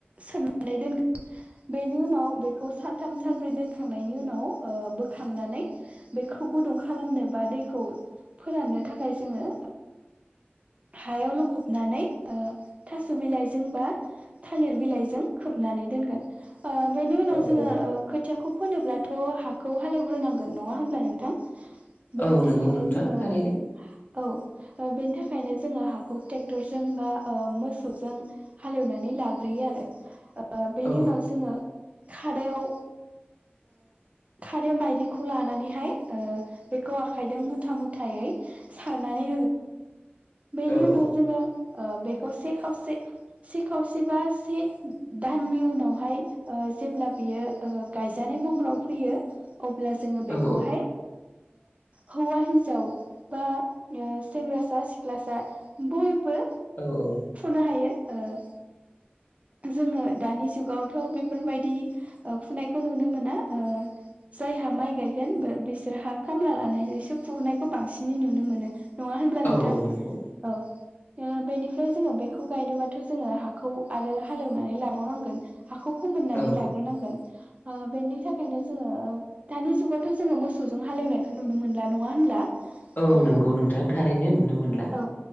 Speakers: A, on the right; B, on the left.
A: सोमनानै दोनगोन बेनि उनाव बेखौ सानथाम सानब्रै दोनखांनायनि उनाव बोखांनानै बेखौ फु गुदुं खालामनो बा दैखौ फोराननो थाखाय जोंङो हायावल' खबनानै थास' बिलाइजों बा थालिर बिलाइजों खोबनानै दोनगोन बेनि उनाव
B: औ
A: जोंङो
B: औ
A: खोथियाखौ फोनोब्लाथ' हाखौ हालेवग्रोनांगोन नंङा होमब्ला नोंथां बेनि
B: औ नंगौ
A: थाखायनो
B: नोंथां
A: जोंङो
B: थारैनो
A: औ बेनि थाखायनो जोंङो हाखौ ट्रेक्टरजों बा मोसौजों हालेवनानै लाग्रोयो आरो बेनि
B: औ
A: उनाव जोंङो खादायाव
B: <inaudible>
A: खारै माइलिखौ लानानैहाय बेखौ आखाइजों मुथा मुथायै सारनानै बेनि
B: औ
A: उनाव जोंङो बेखौ से खावसे से खावसे बा से दाननि उनावहाय जेब्ला बियो गायजानाय महराव फैयो अब्ला जोङो बेखौहाय
B: औ
A: हौवा हिनजाव बा सेंग्रासा सिख्लासा बयबो
B: औ औ
A: नो हायो जोंङो दानि जुगावथ' बेफोरबायदि फुनायखौ नुनो मोना जायहा माइ गायगोन बिसोरहा खामला लानायसो फुरनायखौ बांसिनै नुनो मोनो नङा होनब्ला नोंथां
B: औ औ नंगौ
A: औ बेनिफ्राय जोंङो बेखौ गायनोबाथ' जोंङो हाखौ आरो हालेवनानै लाबावनांगोन हाखौ फोमोननानै
B: औ
A: लाग्रोनांगोन बेनि थाखायनो जोङो दानि जुगावथ' जोङो मोसौजों हालेवनायखौ नुनो मोनला नंङा होनब्ला
B: औ
A: ओ
B: नंगौ नोंथां थारैनो नुनो मोनला
A: औ